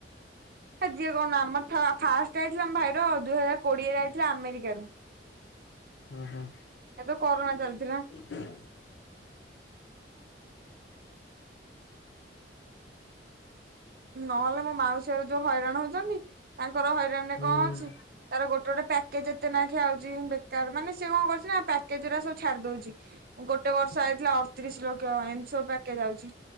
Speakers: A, on the right; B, on the left.
A: ସେ ଯିଏ କଣ ଆମର ଫାଷ୍ଟ ଆଇଥିଲା ଆମ ଭାଇର ଆଉ ଦୁଇ ହଜାର କୋଡିଏରେ ଆଇଥିଲା ଆମେରିକାରୁ।
B: ଓ ହ।
A: ସେବେ କରୋନା ଚାଲିଥିଲା।
B: <inaudible>
A: ନହେଲେ ମୋ ମାଉସି ଘର ଯୋଉ ହଇରାଣ ହଉଛନ୍ତି ତାଙ୍କର ହଇରାଣ
B: ହୁଁ।
A: ରେ କଣ ଅଛି? ତାର ଗୋଟେ ଗୋଟେ ପ୍ୟାକେଜ ଏତେ ନା ଖେ ଆଉଛି ବେକାର ମାନେ ସେ ଏ କଣ କରୁଛି ନା ପ୍ୟାକେଜ୍ ଗୁଡା ସବୁ ଛାଡି ଦଉଛି। ଗୋଟେ ବର୍ଷ ଆଇଥିଲା ଅଠତିରିଶ ଲକ୍ଷ ଏମିତି ସବୁ ପ୍ୟାକେଜ ଆଉଛି।